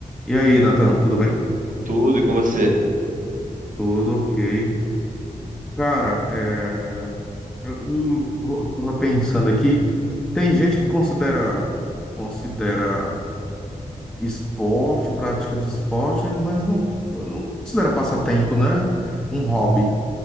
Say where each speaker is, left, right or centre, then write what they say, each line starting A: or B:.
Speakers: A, in the centre; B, on the right.
A: E aí, Nathan, tudo bem?
B: Tudo e com você?
A: Tudo ok. Cara, é, eu, eu vou- tava pensando aqui, tem gente que considera considera esporte, prática de esporte, mas não, não considera passatempo, né? Um hobby.